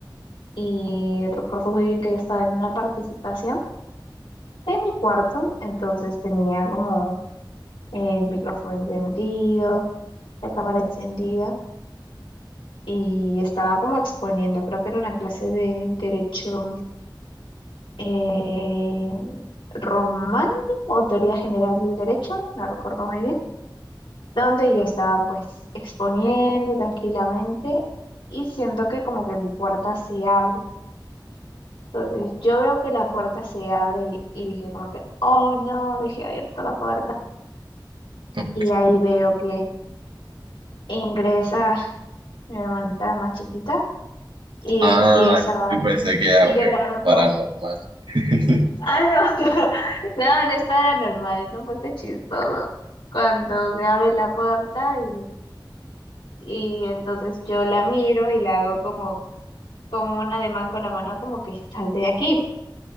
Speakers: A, on the left; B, on the right.
A: y recuerdo muy bien que yo estaba en una participación en mi cuarto, entonces tenía como eh, el micrófono encendido, la cámara encendida. y estaba como exponiendo, creo que era una clase de derecho eh, romano o teoría general del derecho, no recuerdo muy bien, donde yo estaba pues exponiendo tranquilamente y siento que como que mi puerta se abre. Entonces yo veo que la puerta se abre y, y dije como que, oh no, dejé abierta la puerta.
B: Ok.
A: Y ahí veo que ingresa mi hermanita la más chiquita y
B: Ah,
A: empieza,
B: yo pensé que era
A: y
B: un
A: yo
B: evento
A: le hago
B: paranormal.
A: como...
B: <laughs>
A: Ah, no. <laughs> No, no es paranormal, es un poco chistoso. Cuando se abre la puerta y, y entonces yo la miro y la hago como, como un ademán con la mano, como que salte de aquí.